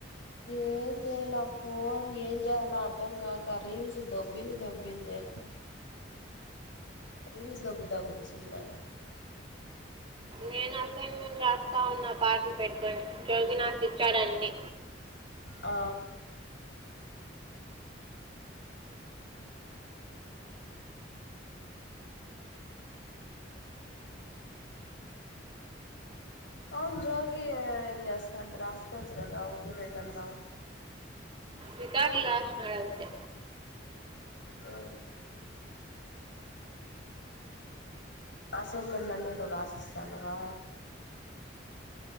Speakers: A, on the left; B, on the right.
A: ఏం చేయల ఫోన్ ఏం చేయాలో అర్ధం కాక రీల్స్ దొబ్బింది దొబ్బింది, రీల్స్ దొబ్బుతా గూచ్చున్నాను,
B: నేను అసైన్మెంట్ రాస్తా ఉన్నా పాటలు పెట్టుకొని జోగి నాకు ఇచ్చాడు అన్నీ,
A: ఆ అవును జోగి ఏం చేస్తాండు రాసుకోవచ్చు కదా ఒకటి రెండు అన్న,
B: రికార్డులు రాసినాడు అంతే
A: ఊ అసైన్మెంట్లన్నీ నువ్వు రాసిస్తున్నావా,